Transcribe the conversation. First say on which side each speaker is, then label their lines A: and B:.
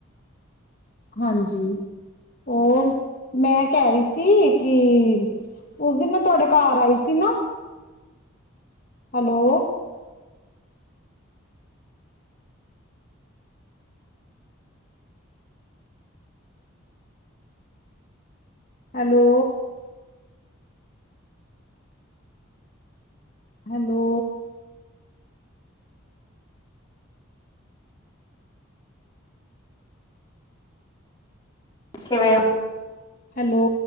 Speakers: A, on the left; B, on the left.
A: ਹਾਂਜੀ, ਹੋਰ ਮੈਂ ਕਹਿ ਰਹੀ ਸੀ ਕਿ, ਉਸ ਦਿਨ ਮੈਂ ਤੁਹਾਡੇ ਘਾਰ ਆਈ ਸੀ ਨਾ? ਹੈਲੋ। ਹੈਲੋ। ਹੈਲੋ।
B: ਅੱਛਾ ਮੈ <inaudible>
A: ਹੈਲੋ।